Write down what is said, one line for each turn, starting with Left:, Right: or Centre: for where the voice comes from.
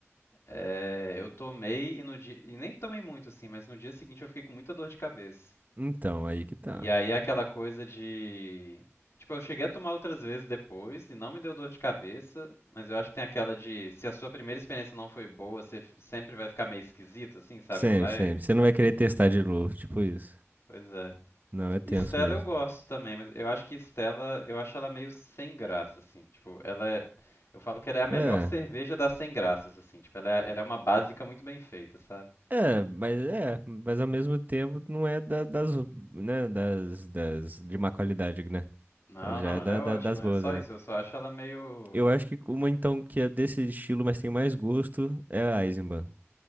Left: é, eu tomei e no dia, e nem tomei muito assim, mas no dia seguinte eu fiquei com muita dor de cabeça.
Right: Então, aí que tá.
Left: E aí aquela coisa de, tipo, eu cheguei a tomar outras vezes depois e não me deu dor de cabeça, mas eu acho que tem aquela de se a sua primeira experiência não foi boa, você f- sempre vai ficar meio esquisito assim, sabe?
Right: Sempre,
Left: Não vai,
Right: sempre. Você não vai querer testar de novo, tipo isso.
Left: pois é.
Right: Não, é tenso
Left: E Stella
Right: mesmo.
Left: eu gosto também, mas eu acho que Stella, eu acho ela meio sem graça, assim. Tipo, ela é. Eu falo que ela é a melhor
Right: É.
Left: cerveja das sem graças, assim. Tipo, ela é, ela é uma básica muito bem feita, sabe?
Right: É, mas é, mas ao mesmo tempo não é da- das, né, das, das de má qualidade, né?
Left: Não,
Right: Ela já
Left: não,
Right: é
Left: ela
Right: da,
Left: é ótima.
Right: da- das boas,
Left: É só
Right: é.
Left: isso. Eu só acho ela meio.
Right: Eu acho que uma então que é desse estilo, mas tem mais gosto, é a Eisenbahn.